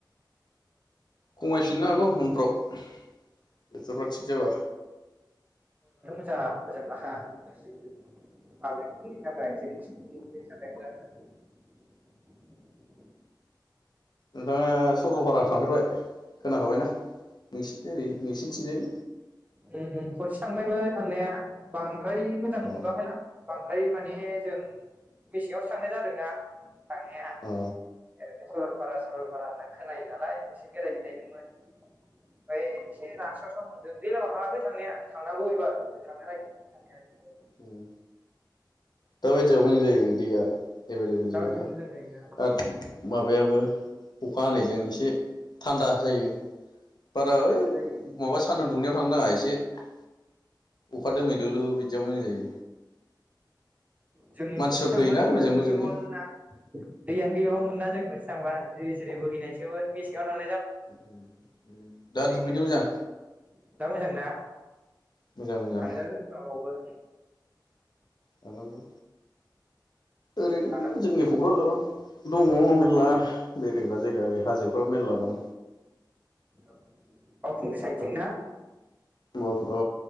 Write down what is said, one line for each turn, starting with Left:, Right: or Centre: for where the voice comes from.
Left: खमायफिननो हागौ उनफ्राव। <unintelligible> थिग जाबा।
Right: जा मोजां नाखा। <unintelligible> <unintelligible>
Left: नोंथाङा सरलपारा थांफेरबाय खोना खाबाय ना नोंसिथिं ओरै नोंसिनिथिंजाय
Right: ओ ओ खरसे थांबायमों थांनाया बां बांद्राय मोजां मोनबोखैला
Left: अ
Right: बांद्राय माने जों मेसेआवसो थांनाय जादोंना थांनाया
Left: अ
Right: ओरैनो स'रलपारा स'रलपारा होनना खोनायो नालाय एसे बेराय हैनायदोंमोन ओमफाय एसे रानस्राव स्राव मोनदों दैलावआव थाङाखै थांनाया थांनांगौ एबार मोजाङै नायजोबनो थांनाया
Left: ओम दा बायदियाव मोजां जायो दैया एभेलएबेल
Right: दा
Left: जायोना
Right: बायदियाव मोजां जायोना
Left: दा माबायाबो अखा हानायजों एसे थान्दा जायो बारा इ
Right: जायो
Left: माबा सान्दुं दुंनायाव थांनाङा एसे एसे अखा दोमैलु लु बिदि बादिआव मोजां जायो
Right: जों
Left: मानसिफोर
Right: खनसे थांबा
Left: फैयोना
Right: दैयानो
Left: बोजों बोजोंनि
Right: गैयाबावानोमोन ना दैयानो गैयाबावानोमोन ना जों खनसे थांबा जिरि जिरि बोहैनायसो मोन मेसेंआव थांबा
Left: ओम उम दा
Right: ओरैनो
Left: दुगैनो मोजां
Right: दा मोजां ना?
Left: मोजां मोजां
Right: थायजागोन होमबा बावबो
Left: थांनांगौ ओरैनो
Right: थांनांगौ
Left: जोंनि क'क्राझाराव दङ मेर्ला बेरायग्रा जायगा ओरै हाजोफ्राव मेरला दं।
Right: औ बावखुंग्रि साइदथिं ना
Left: ओ औ